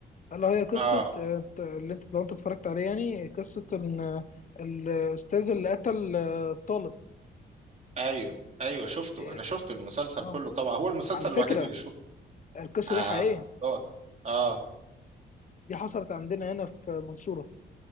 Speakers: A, on the left; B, on the right.
A: ألا هي قصة
B: اه
A: آه، أنت- اللي أنت لو أنت اتفرجت عليها يعني قصة إن آه، الأستاذ اللي قتل آه، الطالب
B: ايوه ايوه شفته
A: إيه،
B: انا
A: لا.
B: شفت المسلسل
A: آه
B: كله طبعا هو المسلسل
A: على فكرة
B: الوحيد اللي شفته
A: القصة
B: اه
A: دي حقيقية
B: فضل. اه
A: دي حصلت عندنا هنا في منصورة